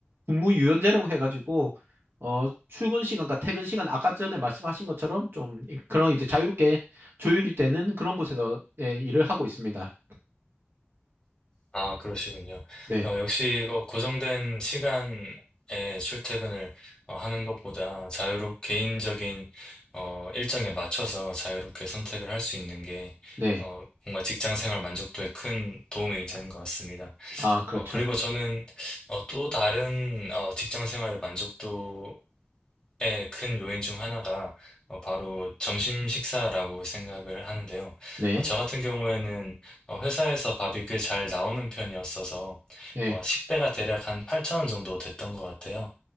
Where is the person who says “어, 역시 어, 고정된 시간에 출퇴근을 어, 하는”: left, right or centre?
Left